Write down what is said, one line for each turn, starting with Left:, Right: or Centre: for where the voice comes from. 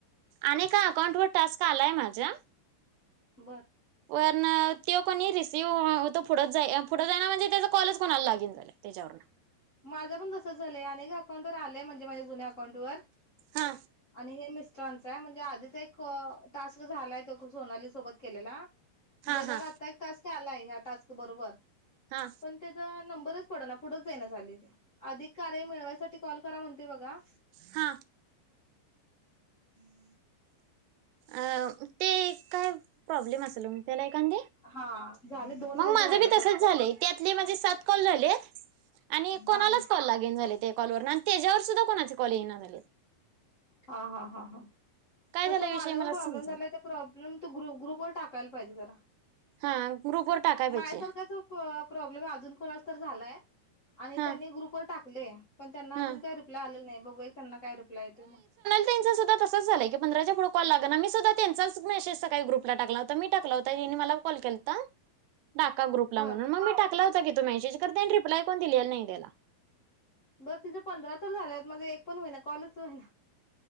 Right: आणि एका अकाउंट वर टास्क आलाय माझ्या.
Left: बरं
Right: वरना त्यो कोणी रिसीव्ह अ मतो पुढच जाय पुढं जायना म्हणजे त्याचा कॉलच कोणाल लागीन झाला त्याच्यावरून.
Left: माझं पण तसं झालंय अनेक अकाउंटर आले म्हण माझ्या जुन्या अकाऊंट वर
Right: हा
Left: आणि हे मिस कांचाय म्हजे आधीच एक क टास्क झालाय त्यो को सोनाली सोबत केलेला म
Right: हा
Left: त्याच्यावर
Right: हा
Left: आत्ता एक टास्क आलाय ह्या टास्क बरोबर.
Right: हा
Left: कोणते जर नंबरच पडना पुढंच जाईना. झालंय ते अधिक कार्य मिळवायसाठी कॉल करा म्हणते बघा
Right: हा
Left: <unintelligible> <inaudible>
Right: अ मते काय? प्रॉब्लेम असल म त्याला एखांदी
Left: हा झाले दोन
Right: मंग
Left: मिनिटं
Right: माझं
Left: राहिले
Right: बी तसच
Left: फक्त
Right: झालंय त्यातले माझे सात कॉल झालेत आणि कोणालाच
Left: हा
Right: कॉल लागेन झाले ते कॉलवर आण त्याच्यावर सुद्धा कोणाचे कॉल येईना झालेत.
Left: हा हा हा हा.
Right: काय
Left: तस
Right: झाला विषय
Left: माझा पण
Right: मला
Left: प्रॉब्लेम
Right: समजेना.
Left: झालाय त्या प्रॉब्लम तो ग्रु ग्रुपवर टाकायल पाहिजे जरा.
Right: हा ग्रुपवर टाकाय पाहिजे
Left: मायासारखा जो पो प्रॉब्लेम हे अजून कोणाल तर झालाय. आणि
Right: हा
Left: त्यांनी ग्रुप वर टाक ख पण त्यांना अजून
Right: हा
Left: काही रिप्लाय आलेला नाही ये बघूया त्यांना काय रिप्लाय येतोय मग
Right: त्यांचं सुद्धा तसंच झालंय की पंधरा च्या पुढे कॉल लागे ना मी सुद्धा त्यांचाच मेसेज सकाळी ग्रुपला टाकला होता मी टाकला होता यांनी मला कॉल केल ता टाका ग्रुपला
Left: बर
Right: म्हणून मी टाकला होता तो मेसेज करते आणि रिप्लाय कोण दिलेला नाही त्याला.
Left: बर तिच पंधरा झाल्यात माझे एक पण होहिना कॉल च होई ना